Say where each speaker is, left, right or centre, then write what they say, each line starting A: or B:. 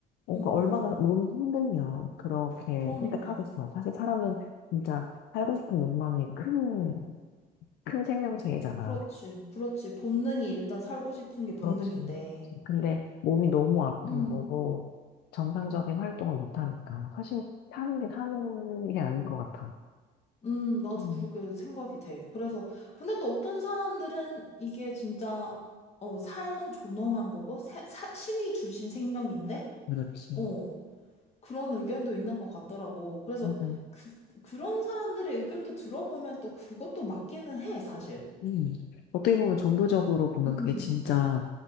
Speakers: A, on the left (about 80°); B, on the left (about 40°).
A: 어,
B: 응,
A: 그 얼마나
B: 응.
A: 몸이 힘들면 그렇게
B: 그러니까.
A: 선택하겠어. 사실 사람은 진짜 살고 싶은 욕망이 큰, 큰 생명체이잖아.
B: 그렇지. 그렇지. 본능이 일단 살고 싶은 게 본능인데.
A: 그렇지. 근데 몸이 너무 아픈
B: 음,
A: 거고, 정상적인 활동을 못하니까. 사실 사는 게 사는 게 아닐 것 같아.
B: 음, 나도
A: 음,
B: 그렇게 생각이 돼. 그래서, 근데 또 어떤 사람들은 이게 진짜, 어, 삶은 존엄한 거고, 새- 사- 신이 주신 생명인데,
A: 그렇지.
B: 어, 그런 의견도 있는 것 같더라고. 그래서
A: 맞아.
B: 그, 그런 사람들의 의견도 들어보면 또 그것도 맞기는 해, 사실.
A: 음. 어떻게 보면 정도적으로 보면
B: 음,
A: 그게 진짜